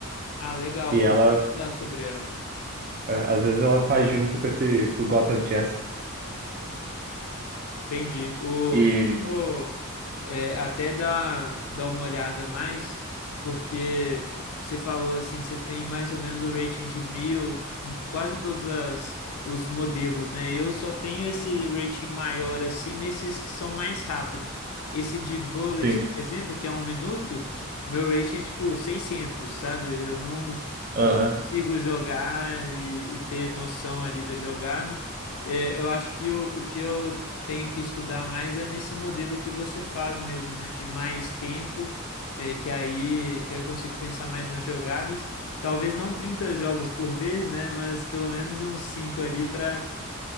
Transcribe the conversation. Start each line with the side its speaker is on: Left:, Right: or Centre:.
Left: Ah, legal,
Right: E
Left: vou
Right: ela,
Left: pesquisar sobre ela.
Right: eh, às vezes, ela faz junto com esse, com o Gotham Chess.
Left: Entendi. O,
Right: E,
Left: o- é, até dar, dar uma olhada mais, porque você falou assim que você tem mais ou menos o rating de mil em quase todos as- os modelos, né? Eu só tenho esse rating maior assim nesses que são mais rápidos. Esse de Bullet,
Right: sim.
Left: por exemplo, que é um minuto, o meu rating é tipo 600, sabe? Eu não,
Right: Aham,
Left: eu não consigo jogar e, e ter noção ali da jogada. É, eu acho que o, o que eu tenho que estudar mais é nesse modelo que você faz mesmo, né? De mais tempo, é, que aí, que aí eu consigo pensar mais nas jogadas. Talvez não 30 jogos por vez, né? Mas pelo menos uns 5 ali para